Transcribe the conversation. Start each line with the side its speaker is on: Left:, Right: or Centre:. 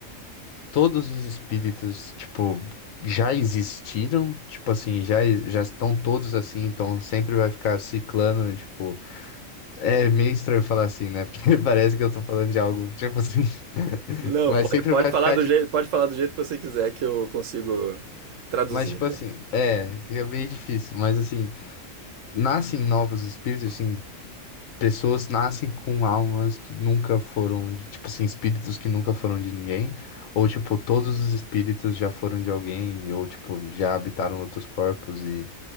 Left: todos os espíritos, tipo, já existiram, tipo assim, já, já estão todos assim, então sempre vai ficar ciclando, tipo, é meio estranho falar assim, né? Porque <laughs> parece que eu tô falando de algo, tipo assim, <laughs>
Right: Não,
Left: mas
Right: pode,
Left: sempre
Right: pode
Left: vai
Right: falar
Left: ficar,
Right: do
Left: tipo,
Right: jeito, pode falar do jeito que você quiser que eu consigo traduzir.
Left: mas tipo assim, é, que é meio difícil, mas assim, nascem novos espíritos, assim, pessoas nascem com almas que nunca foram, de- tipo assim, espíritos que nunca foram de ninguém, ou tipo, todos os espíritos já foram de alguém, ou tipo, já habitaram outros corpos e,